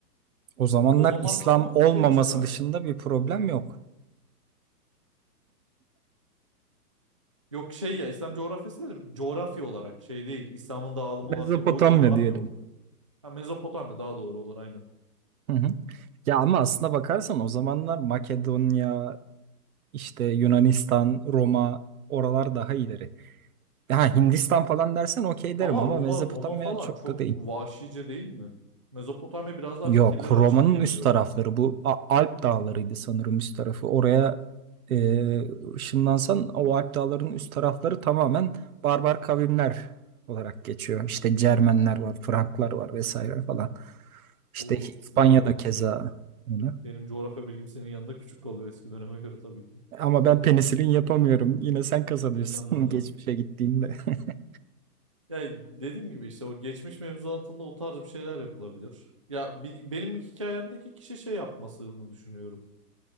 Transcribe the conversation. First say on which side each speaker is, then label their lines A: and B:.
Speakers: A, on the right; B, on the right.
A: O zamanlar
B: O zamanlardan
A: İslam olmaması
B: bir şey çıkar.
A: dışında bir problem yok.
B: Yok şey ya İslam coğrafyası dedim. Coğrafya olarak şey değil. İslam'ın dağılımı
A: Mezopotamya
B: olarak değil. O coğrafya
A: diyelim.
B: olarak. Ha, Mezopotamya daha doğru olur aynı.
A: Hı hı. Ya ama aslına bakarsan o zamanlar Makedonya, İşte Yunanistan, Roma oralar daha ileri. Ha Hindistan falan dersen okey derim
B: Ama
A: ama
B: Roma
A: Mezopotamya
B: Roma falan
A: çok
B: çok
A: da değil.
B: vahşice değil mi? Mezopotamya biraz daha
A: Yok
B: fikirleri
A: Roma'nın
B: açık diye
A: üst
B: biliyorum
A: tarafları
B: ben.
A: bu A- Alp dağlarıydı sanırım üst tarafı. Oraya e, ışınlansan o Alp dağlarının üst tarafları tamamen barbar kavimler olarak geçiyor. İşte Cermenler var, Franklar var vesaire falan. İşte
B: Doğru.
A: İspanya'da
B: Benim
A: keza öyle.
B: benim coğrafya bilgim senin yanında küçük kalıyor eski döneme göre tabii ki.
A: Ama ben penisilin yapamıyorum. Yine sen kazanıyorsun
B: Nam nam
A: <laughs> geçmişe
B: nam.
A: gittiğinde. <laughs>
B: Ya dediğim gibi işte o geçmiş mevzuatında o tarz bir şeyler yapılabilir. Ya bi- benim hikayemdeki kişi şey yapmasını düşünüyorum.